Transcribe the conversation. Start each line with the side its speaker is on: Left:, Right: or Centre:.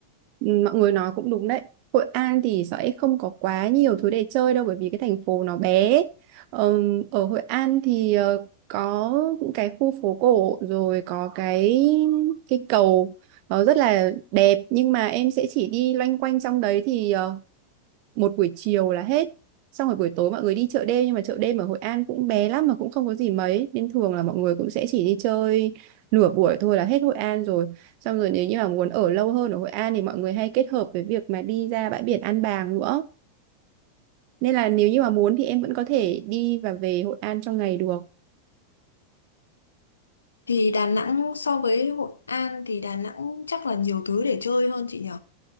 Right: Ừ, mọi người nói cũng đúng đấy Hội An thì sẽ không có quá nhiều thứ để chơi đâu bởi vì cái thành phố nó bé Ờm, ở Hội An thì ờ, có những cái khu phố cổ rồi có cái cái cầu nó rất là đẹp nhưng mà em sẽ chỉ đi loanh quanh trong đấy thì ờ, một buổi chiều là hết xong rồi buổi tối mọi người đi chợ đêm nhưng mà chợ đêm ở Hội An cũng bé lắm mà cũng không có gì mấy nên thường là mọi người cũng sẽ chỉ đi chơi nửa buổi thôi là hết Hội An rồi xong rồi nếu như mà muốn ở lâu hơn ở Hội An thì mọi người hay kết hợp với việc mà đi ra bãi biển An Bàng nữa nên là nếu như mà muốn thì em vẫn có thể đi và về Hội An trong ngày được
Left: Thì Đà Nẵng so với Hội An thì Đà Nẵng chắc là nhiều thứ để chơi hơn chị nhỉ?